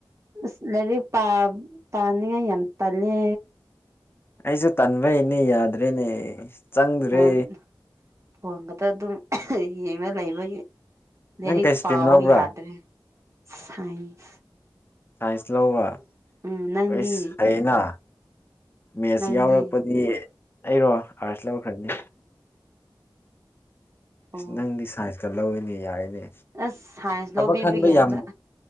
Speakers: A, on the right; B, on the left.
A: ꯑꯁ ꯂꯩꯥꯔꯤꯛ ꯄꯥ ꯄꯥꯅꯤꯡꯉꯥꯏ ꯌꯥꯝ ꯇꯜꯂꯦ
B: ꯑꯩꯁꯨ ꯇꯟꯕꯩꯅꯦ ꯌꯥꯗ꯭ꯔꯦꯅꯦ ꯆꯪꯗ꯭ꯔꯦ
A: ꯐꯣꯟ ꯐꯣꯟ ꯈꯛꯇ ꯑꯗꯨꯝ ꯌꯦꯡꯅ ꯂꯩꯕꯒꯤ ꯂꯩꯔꯤꯛ
B: ꯅꯪ ꯀꯩ ꯏꯁꯇ꯭ꯔꯤꯝ
A: ꯄꯥꯎꯑꯣ
B: ꯂꯧꯕ꯭ꯔꯥ
A: ꯌꯥꯗ꯭ꯔꯦ ꯁꯥꯏꯟꯁ
B: ꯁꯥꯏꯟꯁ ꯂꯧꯕ
A: ꯎꯝ ꯅꯪꯗꯤ
B: ꯑꯩꯁ ꯍꯩꯅ ꯃꯦꯠꯁ
A: ꯅꯪꯗꯤ
B: ꯌꯥꯎꯔꯛꯄꯗꯤ ꯑꯩꯔꯣ ꯑꯥꯔꯁ ꯂꯧꯈ꯭ꯔꯅꯤ
A: ꯑꯣ
B: ꯑꯁ ꯅꯪꯗꯤ ꯁꯥꯏꯟꯁꯀ ꯂꯧꯏꯅꯦ ꯌꯥꯔꯤꯅꯦ
A: ꯑꯁ ꯁꯥꯏꯟꯁ
B: ꯊꯕꯛ
A: ꯂꯧꯕꯤꯕꯒꯤ
B: ꯈꯟꯕ ꯌꯥꯝ
A: ꯍꯟꯗꯛ